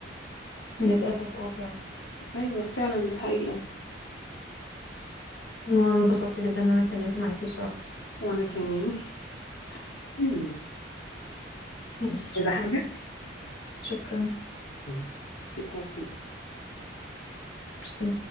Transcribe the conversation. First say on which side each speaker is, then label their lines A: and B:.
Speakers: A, on the left (about 65°); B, on the left (about 80°).
A: للاسف اه فعلا
B: ايوه فعلا دي حقيقه
A: أنا انبسطت جدا ان انا اتكلمت معاكي بصراحه
B: وانا كمان <laughs> مم.
A: ماشي شكرا
B: عايزة حاجة؟
A: شكرا
B: <laughs> ماشي، بالتوفيق
A: ميرسي